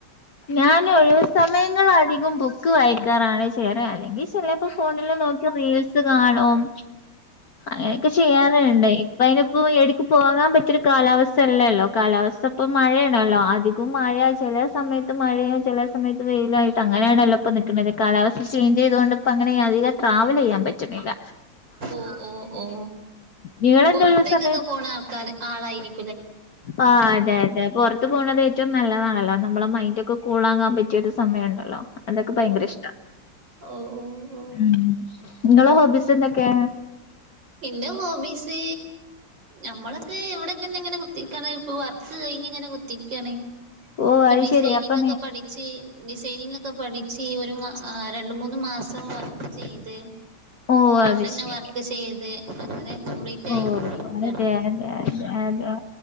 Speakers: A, on the left; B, on the right.
A: ഞാന് ഒഴിവു സമയങ്ങളധികം ബുക്ക് വായിക്കാറാണ് ചേയ്യാറ് അല്ലെങ്കീ ചിലേപ്പോ ഫോണിൽ നോക്കി റീൽസ് കാണും അങ്ങനെ ക്കെ ചെയ്യാറുണ്ട് ഇപ്പയ്നിപ്പോ എടേക്കും പോകാൻ പറ്റി കാലാവസ്ഥെല്ലല്ലോ കാലാവസ്ഥപ്പൊ മഴേണല്ലോ അധികും മഴ ചെലേ സമയത്ത് മഴയോ ചെലേ സമയത്ത് വെയിലോയിട്ടങ്ങനെയാണല്ലൊപ്പോം നിക്ക്ന്നത് കാലാവസ്ഥ ചേഞ്ച് ചെയ്തോണ്ട് ഇപ്പങ്ങനെ അധികംട്രാവലെയ്യാൻ പറ്റ്ണില്ല.
B: ഓ ഓ ഓ
A: നിങ്ങളെന്താ
B: പൊറത്തേക്കൊക്കെ
A: ഒഴിവ് സമയം
B: പോണ ആൾക്കാര് ആളായിരി
A: ആ അതെ അതെ പൊറ ത്ത് പോണത് ഏറ്റവും നല്ലതാണല്ലോ നമ്മള്ളെ മൈൻഡൊക്കെ കൂളാകാൻ പറ്റിയ ഒരു സമയണ്ടല്ലോ. അതൊക്കെ ഭയങ്കര
B: ഓ
A: ഇഷ്ടാ
B: ഓ ഓ ഓ
A: ഉം. ങ്ങളെ ഹോബീസ് എന്തെക്കെ
B: ന്റെ ഹോബീസ്... ഞമ്മളൊക്കെ ഇവ്ടെ തന്നെ കുത്തിരിക്കാന് ചെലപ്പോ വർക്ക് ങ്ങനെ കുത്തിര്ക്കാണ്
A: ഓ
B: ഇപ്പ
A: അത്
B: ഡിസൈനിഗ്
A: ശെരി അപ്പൊ
B: ഒക്കെ
A: നീ
B: പഠിച്ച് ഡിസൈനിങ്ങൊക്കെ പഠിച്ച് ഒരു മ'അ' രണ്ട് മൂന്ന് മാസ വർക്ക് ചെയ്ത്,
A: ഓ അത്
B: അവിടെന്നെ
A: ശരി
B: വർക്ക് ചെയ്ത് അങ്ങനെ കംപ്ലീറ്റ്
A: ഓ
B: ആയിട്ടിരിക്കാണ്
A: അതെ അതെ അതെ അതെ,